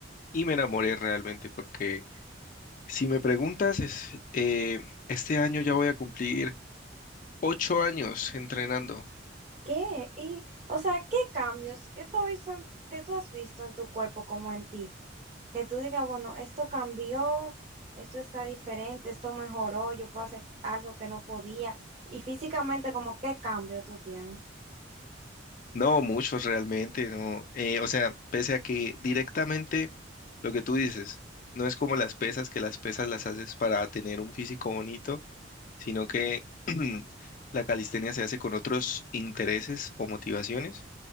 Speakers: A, on the left; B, on the right.
A: Y me enamoré realmente porque si me preguntas, es, eh, este año ya voy a cumplir ocho años entrenando.
B: ¿Qué? Y, o sea, ¿qué cambios que tú has visto en, que tú has visto en tu cuerpo como en ti? Que tú digas, bueno, esto cambió, esto está diferente, esto mejoró, yo puedo hacer algo que no podía. Y físicamente, como, ¿qué cambio tú tienes?
A: No, muchos realmente, no. Eh, o sea, pese a que directamente lo que tú dices, no es como las pesas, que las pesas las haces para tener un físico bonito, sino que <clears throat> la calistenia se hace con otros intereses o motivaciones.